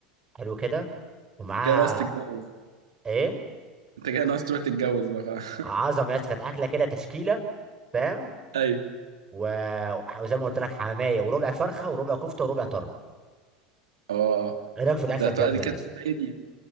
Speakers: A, on the right; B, on the right.
A: حلو كده ومعاها
B: انت كده ناقص تتجوز
A: ايه
B: انت كده ناقص تروح تتجوز بقى خلاص.
A: عظمه يا اسطى كانت اكله كده تشكيله فاهم
B: <laughs> ايوه
A: و- وزي ما قلت لك حماميه وربع فرخه وربع كفته وربع طرب
B: اه
A: ايه رايك في الاكله
B: ده ط-
A: الجامده
B: دي كانت
A: دي يا اسطى؟
B: ايه دي